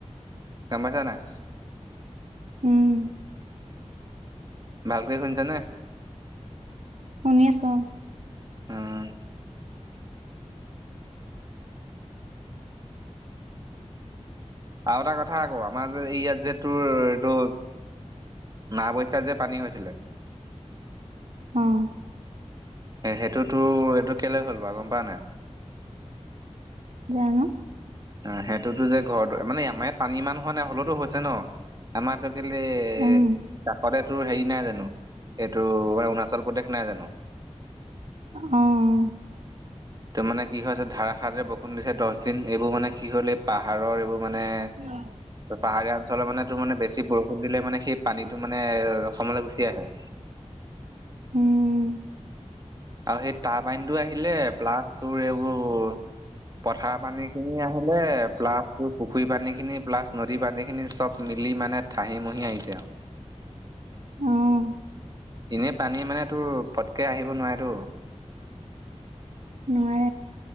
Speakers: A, on the right; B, on the right.
A: গম পাইছা নাই?
B: উম।
A: ভালকৈ শুনিচা নে।
B: শুনি আছো।
A: উম, আৰু এটা কথা আকৌ আমাৰ যে ইয়াত যে তোৰ এইটো। নাওবৈছাত যে পানী হৈছিলে।
B: অ'।
A: সেইটোতো এইটো কেলে হ'ল বাৰু গম পাও নাই।
B: জানো।
A: অ' সেইটোতো যে ঘৰত মানে আমাৰ ইয়াত পানী ইমান হোৱা নাই হলেতো হৈছে ন। আমাৰটো কেলে
B: উম
A: কাষতে। এইটো হেৰি নাই জানো এইটো অৰুণাচল প্ৰদেশ নাই জানো
B: অ'
A: ত মানে কি হৈছে ধাৰাসাৰ যে বৰষুণ দিছে দহ দিন এইবোৰ মানে কি হ'ল এই পাহাৰৰ এইবোৰ মানে
B: হয়।
A: পাহাৰীয়া অঞ্চলৰ মানে তোৰ মানে বেছি বৰষুণ দিলে মানে সেই পানীটো মানে অসমলৈ গুচি আহে
B: উম
A: আৰু সেই টাৰ পানীটো আহিলে প্লাছ তোৰ এইবোৰ পথাৰ পানীখিনি আহিলে প্লাছ পুখুৰী পানীখিনি প্লাছ নদীৰ পানীখিনি চব মিলি মানে থাহি মহি আহিছে আৰু
B: অ'
A: এনেই পানী মানে তোৰ পটকে আহিব নোৱাৰে তো
B: নোৱাই।